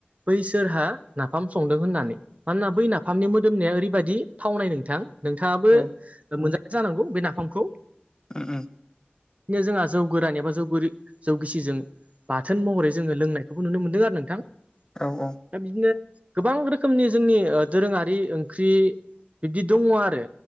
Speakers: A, on the right; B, on the left.
A: बैसोरहा नाफाम संदों होननानै। मानोना बै नाफामनि मोदोमनाया ओरैबायदि थावनाय नोंथां। नोंथाङाबो
B: औ
A: मोनजा जानांगौ बे नाफामखौ।
B: ओ ओम।
A: बिदिनो जोंहा जौ गोरान एबा जौ जौगिसिजों बाथोन महरै जोङो लोंनायखौबो नुनो मोन्दों आरो नोंथां।
B: औ औ।
A: दा बिदिनो गोबां रोखोमनि जोंनि दोरोङारि ओंख्रि बिब्दि दङ आरो